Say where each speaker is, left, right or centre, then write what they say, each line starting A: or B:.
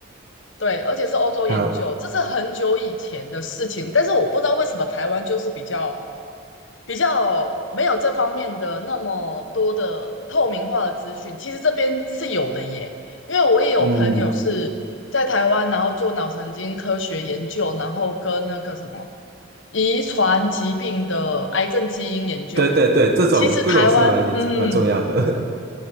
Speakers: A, on the left (about 75°); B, on the right (about 50°).
A: 对，而且是欧洲研究，
B: 好，
A: 这是很久以前的事情。但是我不知道为什么台湾就是比较比较没有这方面的那么多的透明化的资讯。其实这边是有的耶，因为我也有朋友是在台湾，
B: 嗯，
A: 然后做脑神经科学研究，然后跟那个什么。遗传疾病的癌症基因研究。
B: 对对对，这种这种是蛮蛮重要的，
A: 其实台湾，嗯，